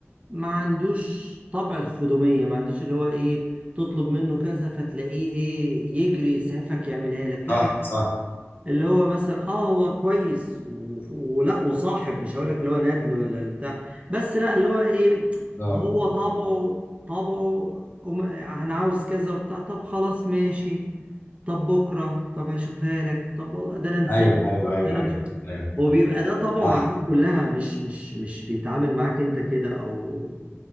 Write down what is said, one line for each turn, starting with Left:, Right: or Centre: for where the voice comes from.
Right: ما عندوش طبع الخدومية ما عندوش اللي هو ايه تطلب منه كذا فتلاقيه ايه يجري يسعفك يعملها لك لا
Left: صح صح
Right: اللي هو مثلا اه هو كويس و- ولا وصاحب مش هقول لك اللي هو نادل ولا اللي بتاع بس لا اللي هو ايه
Left: اه
Right: هو طبعه طبعه أم- انا عاوز كذا وبتاع طب خلاص ماشي طب بكره طب هشوفها لك طب والله ده انا نسيت
Left: ايوه ايوه ايوه
Right: ده انا
Left: ايوه
Right: مش
Left: ايوه
Right: وبيبقى ده طبعه
Left: صح
Right: مع الناس كلها مش مش مش بيتعامل معاك انت كده او